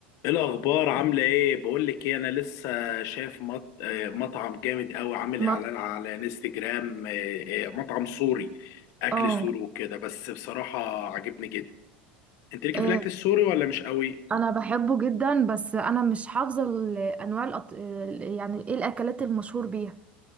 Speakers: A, on the left (about 60°); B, on the right (about 25°).
A: ايه الاخبار عامله ايه بقول لك ايه انا لسه شايف مط... آه، مطعم جامد قوي عامل اعلان
B: نط
A: على انستجرام آه، آه، مطعم سوري اكل
B: اه
A: سوري وكده بس بصراحه عجبني جدا انت ليكي
B: آه،
A: في الاكل السوري ولا مش قوي
B: انا بحبه جدا بس انا مش حافظه ال- انواع الأط... ال- يعني ايه الاكلات المشهور بيها